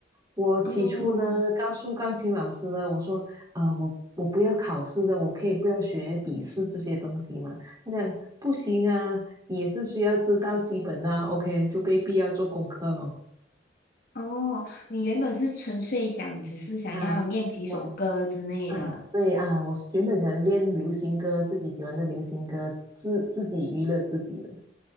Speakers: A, on the right (about 20°); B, on the left (about 55°).
A: 我起初呢，
B: 哦
A: 告诉钢琴老师呢，我说，呃，我我不要考试的，我可以不要学笔试这些东西嘛。他讲不行啊，你也是需要知道基本的啊 OK，就被必要做功课咯。
B: 哦，你原本是纯粹想，只是想要念几首歌之类的
A: 啊，喜欢啊，对啊，我原本想练流行歌，自己喜欢的流行歌，自自己娱乐自己的。